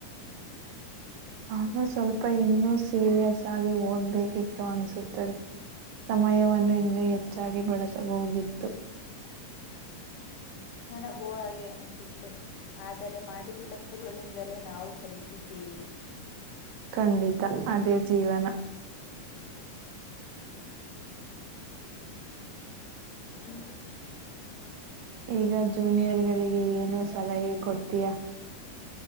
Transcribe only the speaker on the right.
<unintelligible> ಆಗ ಸ್ವಲ್ಪ ಇನ್ನೂ ಸೀರಿಯಸ್ ಆಗಿ ಓದ್ಬೇಕಿತ್ತು ಅನ್ಸುತ್ತದೆ ಸಮಯವನ್ನು ಇನ್ನೂ ಹೆಚ್ಚಾಗಿ ಬಳಸಬಹುದಿತ್ತು.
ಖಂಡಿತ ಅದೇ ಜೀವನ.
ಈಗ ಜೂನಿಯರ್ಗಳಿಗೆ ಏನು ಸಲಹೆ ಕೊಡ್ತೀಯಾ.